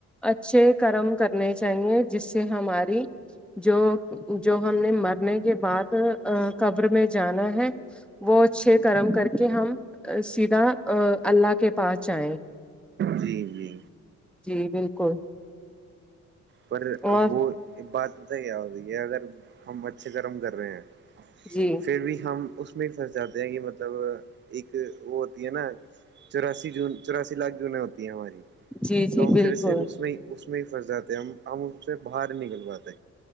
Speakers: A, in the centre; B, on the right.
A: اچھے کرم کرنے چاہیے جس سے ہماری جو جو ہم نے مرنے کے بعد قبر میں جانا ہے وہ اچھے کرم کر کے ہم سیدھا اللہ کے پاس جائیں
B: جی جی
A: جی بالکل
B: پر
A: اور
B: وہ بات نہی ہی ابھی اگر ہم اچھے کرم کر رہے ہیں
A: جی
B: پھر بھی ہم اس میں پھنس جاتے ہیں کہ مطلب ایک وہ ہوتی ہے نا چوراسی جون چوراسی لاکھ جونیں ہوتی ہیں ہماری
A: جی
B: تو
A: جی
B: ہم
A: بالکل
B: پھر سے اس میں اس میں ہی پھنس جاتے ہم ہم اس سے باہر نہی نکل پاتے